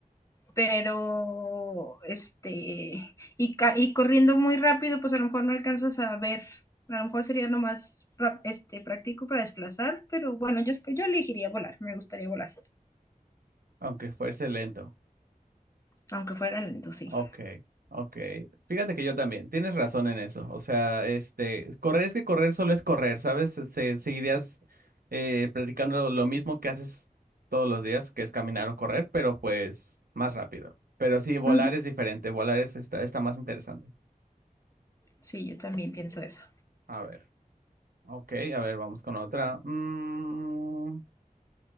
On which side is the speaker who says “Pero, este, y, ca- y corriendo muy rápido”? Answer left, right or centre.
Left